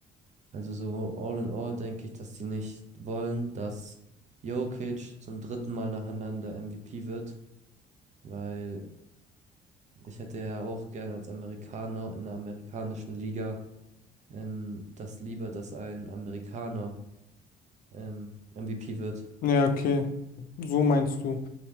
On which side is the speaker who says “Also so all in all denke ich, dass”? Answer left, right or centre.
Right